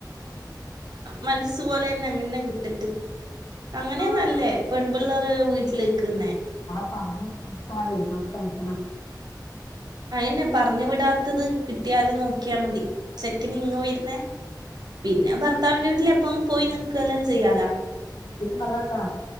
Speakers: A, on the right (about 65°); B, on the left (about 75°).
A: മൻസ് പോലെ തന്നെ അങ്ങനെ ന്നെ കിട്ടട്ട് അങ്ങനയാ
B: ആഹ്
A: നല്ലേ പെൺപിള്ളേർ വീട്ടിൽ നിക്കുന്നേ
B: <unintelligible> ടെൻഷന
A: ന്നെ പറഞ്ഞു വിടാത്തത് കിട്ടിയാതെ നോക്കിയാൽ മതി ചെക്കന് ഇങ്ങ് വരുന്നേ പിന്നെ ഭർത്താവിന്റെ വീട്ടിൽ എപ്പോം പോയി നിക്കല്ലാം ചെയ്യാലാ
B: <unintelligible> പറട്ടാ